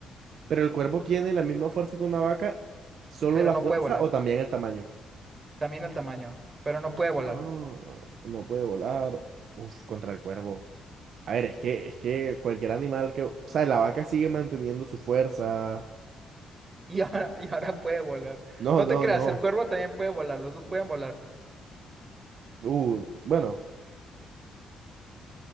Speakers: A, on the right; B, on the right.
A: Pero el cuervo tiene la misma fuerza que una vaca, solo
B: pero
A: la
B: no
A: fuerza
B: puede volar?
A: o también el tamaño.
B: También el tamaño, pero no puede volar.
A: Ah,
B: <laughs>
A: no puede volar. Uf, contra el cuervo. A ver, es que, es que cualquier animal que. O sea, la vaca sigue manteniendo su fuerza.
B: Y ahora, y ahora puede volar.
A: No,
B: No
A: no,
B: te creas,
A: no.
B: el cuervo también puede volar, los dos pueden volar,
A: Uh, bueno,